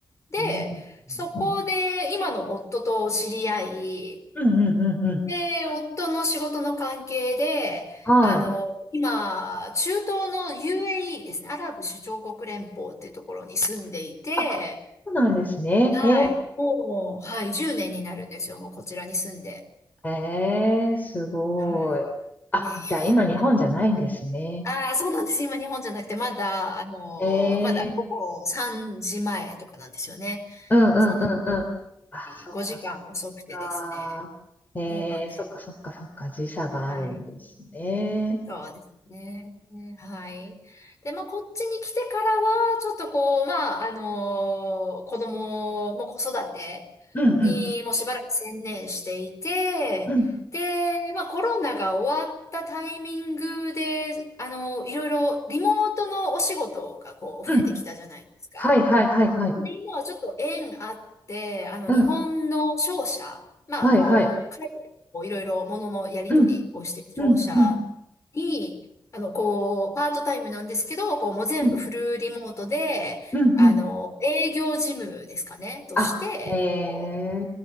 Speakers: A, on the left; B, on the left.
A: で、
B: いいですね。
A: そこで今の夫と知り合い、
B: うん、うん、うん、うん。うん
A: で、夫の仕事の関係で、
B: はい。
A: あの、今、中東の UAE ですね、アラブ首長国連邦っていうところに住んでいて、
B: あ、そうなんですね。
A: はい。
B: へえ、
A: もう、はい、10年になるんですよ、もうこちらに住んで。
B: へえ、すごい。
A: はい。
B: あ、
A: いやいやい
B: じゃあ今日本じゃないんですね。
A: や。ああ、そうなんです。今、日本じゃなくて、まだ、あのーまだ午後3時前とかなんですよね。
B: へえ、うん、うん、
A: そうなんで
B: うん、うん。あ、そっか、
A: す。5時間遅くてですね。
B: そっか。へえ、
A: そうなんです。
B: そっか、そっか、そっか。時差があるんですね。
A: はい。そうですね。うんはい。で、まあ、こっちに来てからは、ちょっとこう、まあ、あのー子供も子育てにもうしばらく専念していて、
B: うん、うん、うん、
A: で、まあ、コロナが終わったタイミングで、あのいろいろリモートのお仕事がこう、
B: うん。
A: 増えてきたじゃないですか。
B: はい、はい、はい、はい。
A: なので今はちょっと縁あって、あの、
B: うん、
A: 日本の商社、まあ、
B: はい、
A: こう、
B: はい。
A: 海外とこういろいろもののやり取りをしている商社に、
B: うん、うん、うん、
A: あの、こう、パートタイムなんですけど、こう、もう全部フルリモートで、
B: うん、うん、
A: あの、
B: うん。
A: 営業事務ですかね、として、
B: あ、へえ。
A: こ